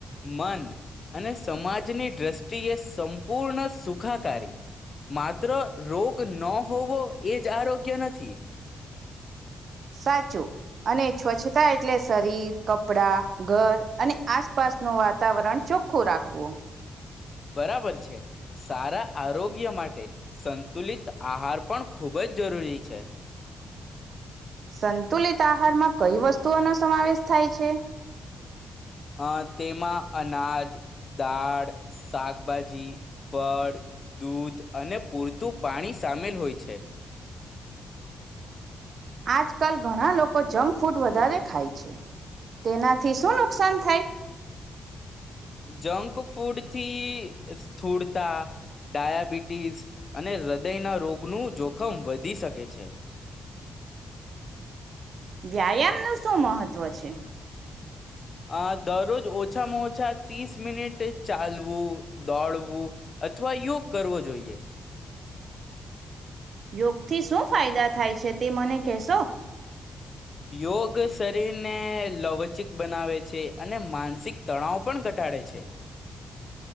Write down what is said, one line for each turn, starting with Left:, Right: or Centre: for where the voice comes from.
Left: મન અને સમાજની દ્રષ્ટિએ સંપૂર્ણ સુખાકારી માત્ર રોગ ન હોવો એ જ આરોગ્ય નથી
Right: સાચું અને સ્વચ્છતા એટલે શરીર કપડા ઘર અને આસપાસનું વાતાવરણ ચોખ્ખું રાખવું
Left: બરાબર છે સારા આરોગ્ય માટે સંતુલિત આહાર પણ ખૂબ જ જરૂરી છે
Right: સંતુલિત આહારમાં કઈ વસ્તુઓનો સમાવેશ થાય છે
Left: અ તેમાં અનાજ દાળ શાકભાજી ફળ દૂધ અને પૂરતું પાણી સામેલ હોય છે
Right: આજકાલ ઘણા લોકો જંક ફૂડ વધારે ખાય છે તેનાથી શું નુકસાન થાય
Left: જંક ફૂડથી સ્થૂળતા ડાયાબિટીસ અને હૃદયના રોગનું જોખમ વધી શકે છે
Right: વ્યાયામ નું શું મહત્વ છે
Left: આ દરરોજ ઓછામાં ઓછા ત્રીસ મિનિટ ચાલવું દોડવું અથવા યોગ કરવો જોઈએ
Right: યોગથી શું ફાયદા થાય છે, તે મને કહેશો
Left: યોગ શરીર ને લવચિક બનાવે છે. છે, અને માનસિક તણાવ પણ ઘટાડે છે.